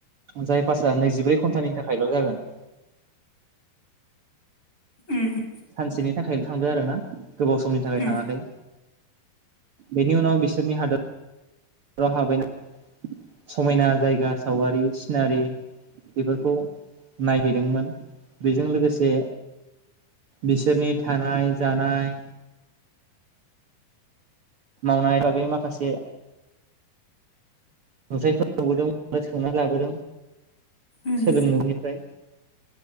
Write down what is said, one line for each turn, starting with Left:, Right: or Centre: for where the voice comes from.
Right: जाय पासआ नैजिब्रै घन्टानि थाखायल' जागोन।
Left: उम
Right: सानसेनि थाखायल' थांदो आरो ना। गोबाव समनि थाखाय
Left: उम
Right: थाङाखै बेनि उनाव बिसोरनि हादोर व हाबैनाय समायना जायगा सावगारि सिनारि बेफोरखौ नायहैदोंमोन बेजों लोगोसे बिसोरनि थानाय जानाय। मावनाय बागै माखासे नुथायफोर नुबोदों बा सोंनानै लाबोदों।
Left: उम
Right: सोलोंनायनिफ्राय